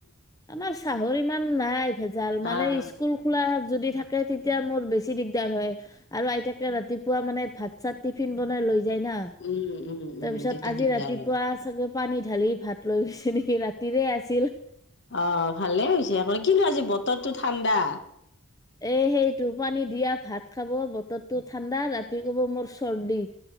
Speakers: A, on the left (about 15°); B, on the left (about 55°).
A: আমাৰ চাহৰ ইমান নাই ভেজাল মানে
B: আহ
A: স্কুল খোলা যদি থাকে তেতিয়া মোৰ বেছি দিগদাৰ হয় আৰু আইতাকে ৰাতিপুৱা মানে ভাত চাত টিফিন বনাই লৈ যেনা
B: উম উম উম
A: তাৰপিছত
B: তেতিয়া
A: আজি
B: দিগদাৰ
A: ৰাতিপুৱা
B: হয়।
A: চাগে পানী ঢালি ভাত লৈ গৈছে নেকি, ৰাতিৰে আছিল।
B: অ', ভালে হৈছে আক' কিন্তু আজি বতৰটো ঠাণ্ডা।
A: এ সেইটো পানী দিয়া ভাত খাব বতৰটো ঠাণ্ডা ৰাতি ক'ব মোৰ চৰ্দি।